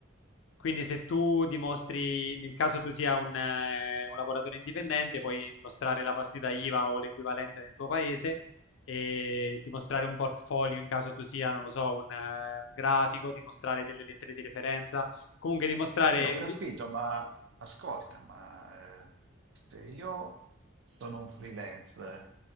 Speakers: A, on the left; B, on the right.
A: Quindi se tu dimostri, nel caso tu sia un, eh, un lavoratore indipendente, puoi dimostrare la partita IVA o l'equivalente nel tuo paese e dimostrare un portfolio in caso tu sia, non lo so, un, eh, un grafico, dimostrare delle lettere di referenza, comunque dimostrare,
B: Ne ho
A: uti-
B: capito, ma ascolta, ma eh, se io sono un freelance,